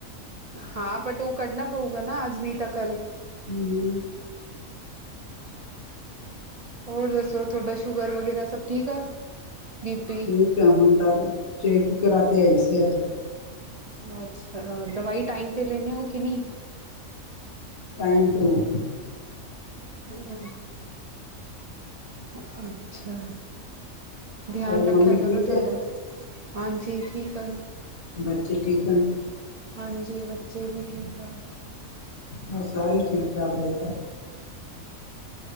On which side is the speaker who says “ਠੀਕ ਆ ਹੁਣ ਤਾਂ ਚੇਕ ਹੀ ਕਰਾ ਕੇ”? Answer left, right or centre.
Left